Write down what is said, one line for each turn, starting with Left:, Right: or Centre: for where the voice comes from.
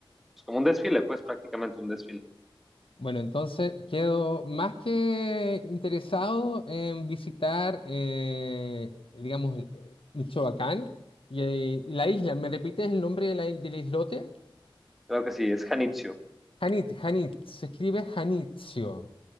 Centre: Es como un desfile, pues prácticamente un desfile.
Left: Bueno, entonces quedo más que interesado en visitar, eh, digamos, eh, Michoacán y, eh, y la isla. ¿Me repites el nombre de la i- del islote?
Centre: Claro que sí, es Janitzio.
Left: Janit, Janit, se escribe Janitzio.